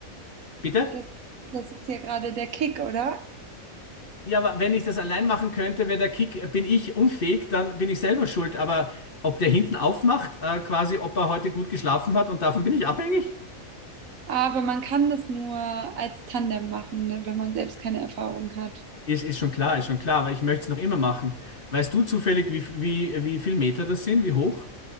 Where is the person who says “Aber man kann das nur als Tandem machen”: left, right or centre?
Right